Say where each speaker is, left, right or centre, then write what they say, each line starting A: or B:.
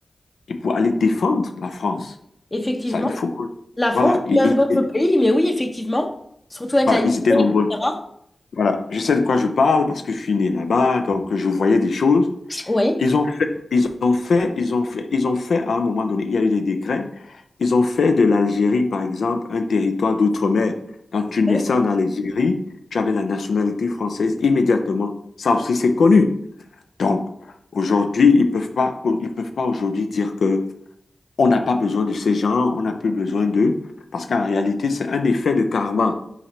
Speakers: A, on the left; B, on the left.
A: et pour aller défendre la France.
B: Effectivement.
A: Ça, il faut que...
B: La France,
A: Voilà, et-
B: même
A: et-
B: d'autres
A: et-
B: pays, mais oui, effectivement. Surtout avec
A: voilà,
B: la Guinée,
A: ils étaient nombreux.
B: etc.
A: Voilà, je sais de quoi je parle parce que je suis né là-bas, donc je voyais des choses.
B: Oui.
A: Ils ont fait, ils ont fait, ils ont fait, ils ont fait à un moment donné, il y a eu des décrets, ils ont fait de l'Algérie, par exemple, un territoire d'outre-mer. Quand tu naissais
B: Oui.
A: en Algérie, tu avais la nationalité française immédiatement. Ça aussi, c'est connu. Donc, aujourd'hui, ils peuvent pas, ils peuvent pas aujourd'hui dire que on n'a pas besoin de ces gens, on n'a plus besoin d'eux, parce qu'en réalité, c'est un effet de karma,